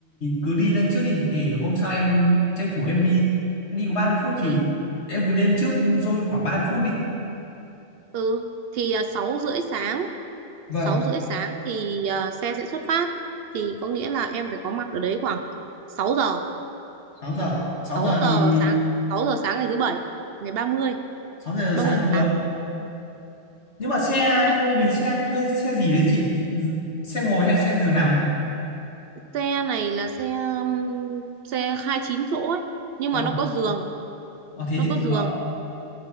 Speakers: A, on the left (about 80°); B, on the right (about 65°).
A: cứ đi lên trước đi thì hôm sau em tranh thủ em đi. Em đi có 30 phút thì
B: ừ,
A: em cứ lên trước rồi khoảng 30 phút đi.
B: Ừ thì à, 6 rưỡi sáng
A: Vâng,
B: 6 rưỡi sáng thì à, xe sẽ xuất phát thì có nghĩa là em phải có mặt ở đấy khoảng sáu giờ
A: 6 giờ. sáu
B: sáu
A: giờ
B: giờ
A: thì
B: sáng 6 giờ sáng ngày thứ bảy ngày 30
A: 6 giờ
B: 30
A: sáng
B: tháng
A: thì
B: 8
A: được. nhưng mà xe
B: nhá
A: thuê mình xe thuê xe gì đấy chị Ừ, xe ngồi hay xe giường nằm
B: xe này là xe um, xe hai chín chỗ ấy nhưng
A: ờ
B: mà nó có giường
A: ờ, thế
B: nó
A: thì
B: có
A: cũng
B: giường
A: đỡ